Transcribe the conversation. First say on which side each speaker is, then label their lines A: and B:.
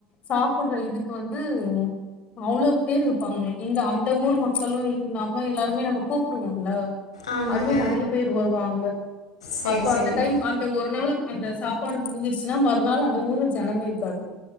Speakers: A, on the left; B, on the left.
A: சாப்படுற இதுக்கு வந்து அவ்வளோ பேர் இருப்பாங்க இந்த அந்த ஊர் மக்களும் நம எல்லாருமே நம்ம கூப்பிடுவாங்களல்ல
B: ஆமாங்க
A: அதுவே நெறைய பேர் வருவாங்க
B: சரி
A: அப்ப
B: சரி
A: அந்த டைம் அந்த ஒரு நாள் அந்த சாப்பாடு ச்சுன்னா மறுநாள் அந்த ஊரு ஜனமே இருக்காது